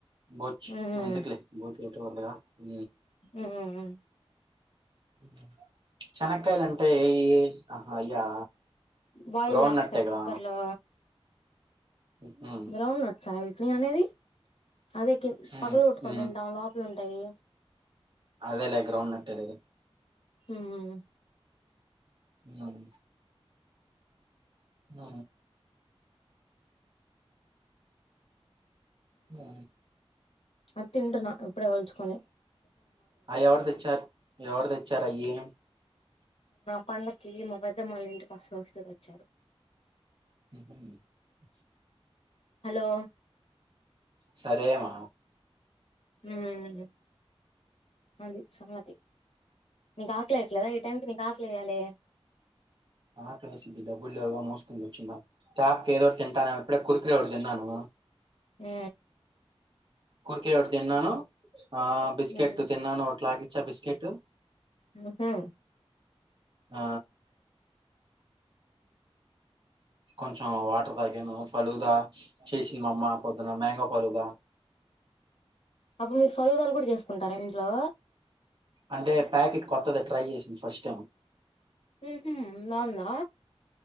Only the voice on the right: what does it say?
బోచ్
ఎందుకులే పిన్షన్ పడ్డాయా ఉ
ఇ చెనక్కయలు అంటే ఏయ్ యి హహ అయ్యా
గ్రౌండ్
నట్టేగా
ఉహు.
ఉమ్,
ఉమ్.
అదేలేే గ్రౌం నట్ట్ ఏలే <inaudible>
ఉం ఆ ఆ
అ ఎవరి తెచ్చారు ఎవరి తెచ్చార అయ్యి
<inaudible>
సరే మ
ఆ తెసింది డబ్బులు లేవు గా మూసుకూర్చున్న టాపకి ఏదోటి తింటాను ఇప్పుడే కురుకురే ఒకటి తిన్నాను
కుర్కిరే ఒకటి తిన్నాను ఆ బిస్కెట్
తిన్నను ఒకట్లగి చ బిస్కెట్
ఆ కొంచెం వాటర్ తాగాను ఫలూదా చేసింది మామ్మ పొద్దున మేంగొ ఫలూదా
అంటే ప్యాకెట్ కొత్తది ట్రై చేసింది ఫస్ట్ టైం